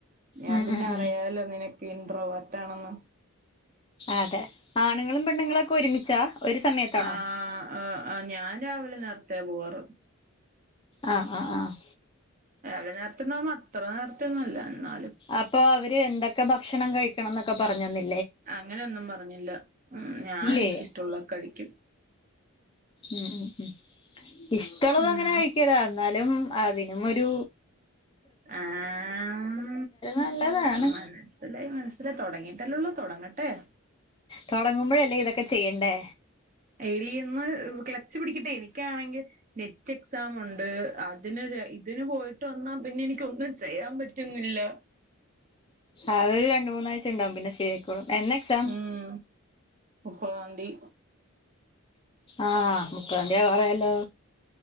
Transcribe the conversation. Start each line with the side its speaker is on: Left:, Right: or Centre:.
Right: ഞാൻ
Left: ഉം
Right: പിന്നെ
Left: ഉം ഉം
Right: അറിയാലോ നിനക് കേന്ദ്രവ ത്താണെന്ന്
Left: അതെ ആണുങ്ങളും പെണ്ണുങ്ങളും ഒക്കെ ഒരുമിച്ചാ ഒരു സമയത്താണോ
Right: ആഹ് ഹ് ഞാൻ രാവിലെ നേര്ത്തെ പോവാറ്
Left: ആഹ് ആഹ് ആഹ്
Right: വിലെ നേരത്തെന്നറ് അത്ര നേരത്തെ ഒന്നല്ല എന്നാല്
Left: അപ്പൊ അവര് എന്തെക്കെ ഭക്ഷണം കഴിക്കണംന്നൊക്കെ പറഞ്ഞന്നി
Right: അങ്ങനോന്നും പറഞ്ഞില്ല ഹു ഞാൻ
Left: ഇല്ലേ
Right: എനിക്കിഷ്ടമുള്ളതൊക്കെ കഴിക്കും
Left: ഉം ഇഷ്ടമുള്ളതു
Right: ഉം
Left: അങ്ങനെ കഴിക്കരുത് അന്നേരം <unintelligible> അതിനുമൊരു
Right: ആഹ്
Left: നല്ലതാണ്
Right: മനസ്സിലായി മനസ്സിലായി തുടങ്ങിട്ടല്ലെള്ളൂ തുടങ്ങട്ടെ
Left: തുടങ്ങുമ്പോഴല്ലേ ഇതൊക്കെ ചെയ്യണ്ടേ
Right: എടിന്ന് ക്ലച്ചു പിടിക്കട്ടെ എനിക്കാണെങ്കിൽ നെറ്റ് എക്സാം ഉണ്ട് അതിന് ഇതിന് പോയിട്ട് വന്നാ പിന്നെ എനിക്ക് ഒന്നും ചെയ്യാൻ പറ്റുന്നില്ല
Left: അതൊരു രണ്ടു മൂന്നാഴ്ച ഉണ്ടാകും പിന്നെ ശരിയായിക്കോളും എന്നാ എക്സാം
Right: ഉം മുപ്പതാംതി
Left: ആഹാ മുപ്പതംതി ആവാറയല്ലോ